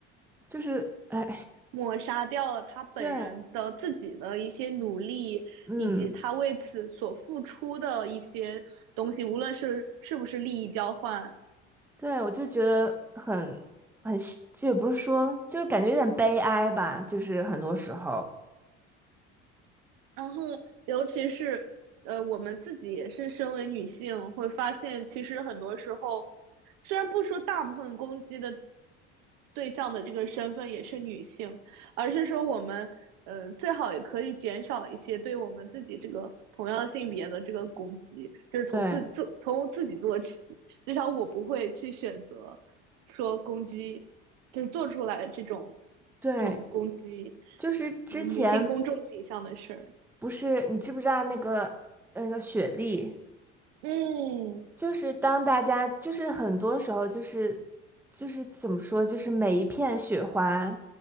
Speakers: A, in the centre; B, on the right.
A: 就是哎，
B: 抹杀掉了他本人的自己的一些努力，
A: 对，嗯，
B: 以及他为此所付出的一些东西，无论是是不是利益交换，
A: 对，我就觉得很很，这也不是说，就是感觉有点悲哀吧，就是很多时候，
B: 然后，尤其是呃，我们自己也是身为女性，会发现其实很多时候，虽然不说大部分攻击的对象的这个身份也是女性，而是说我们呃最好也可以减少一些对我们自己这个同样性别的这个攻击，就是从自自从自己做起。
A: 对
B: 至少我不会去选择说攻击，就是做出来这种
A: 对。
B: 这种攻击
A: 就是之前，
B: 呃女性公众形象的事儿。
A: 不是，你知不知道那个呃那个雪莉？
B: 嗯，
A: 就是当大家，就是很多时候，就是就是怎么说，就是每一片雪花